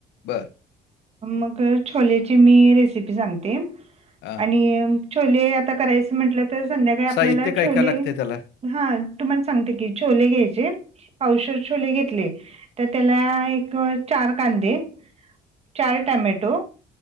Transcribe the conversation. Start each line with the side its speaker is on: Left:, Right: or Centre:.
Left: बरं.
Right: मग छोलेची मी रेसिपी सांगते.
Left: हां.
Right: अ छोले आता करायच म्हंटल तर संध्याकाळी आपल्याला
Left: साहित्य काय
Right: छोले
Left: काय लागतंय त्याला?
Right: हा तुमला सांगते की छोले घ्यायचे पावशेर छोले घेतले. तर त्याला एक चार कांदे, चार टोमॅटो